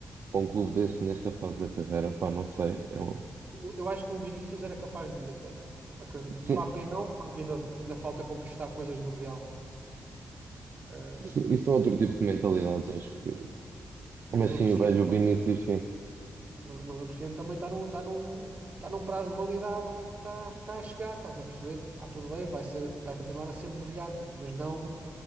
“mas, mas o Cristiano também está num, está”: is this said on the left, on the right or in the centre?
Right